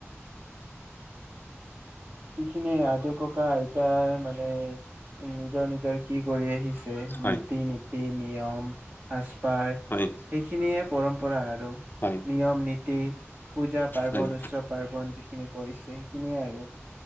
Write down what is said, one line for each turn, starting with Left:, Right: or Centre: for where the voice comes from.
Right: যিখিনি আযো ককা আইতাৰ মানে উম, নিজৰ-নিজৰ কি কৰি আহিছে তে
Left: হয়
Right: ৰীতি-নীতি, নিয়ম, সাজপাৰ
Left: হয়
Right: এই খিনিয়ে পৰম্পৰা আৰু।
Left: হয়।
Right: নিয়ম-নীতি, পূজা-পাৰ্বন,
Left: হয়
Right: উৎসৱ-পাৰ্বন, যিখিনি কৰিছে সেইখিনিয়ে আৰু।